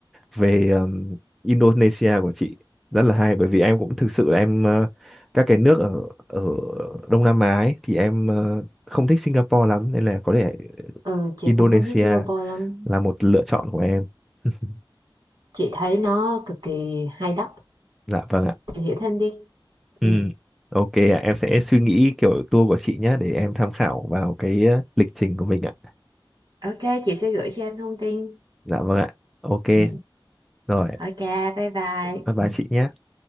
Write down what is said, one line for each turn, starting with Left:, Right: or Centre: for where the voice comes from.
Centre: về um, Indonesia của chị rất là hay bởi vì em cũng thực sự là em ờ, các cái nước ở ở Đông Nam Á ấy, thì em ờ, không thích Singapore lắm nên là có thể
Right: Ừ, chị
Centre: Indonesia
Right: cũng không thích Singapore lắm.
Centre: là một lựa chọn của em. <laughs>
Right: Chị thấy nó cực kỳ hay đó.
Centre: Dạ vâng ạ.
Right: Tìm hiểu thêm đi.
Centre: Ừ.
Right: Ừ.
Centre: Ok ạ, em sẽ suy nghĩ kiểu tour của chị nhé để em tham khảo vào cái ờ, lịch trình của mình ạ.
Right: Ok, chị sẽ gửi cho em thông tin.
Centre: Dạ vâng ạ. Ok,
Right: Ừ.
Centre: rồi,
Right: Ok, bye bye.
Centre: bye bye
Right: Ừ.
Centre: chị nhé.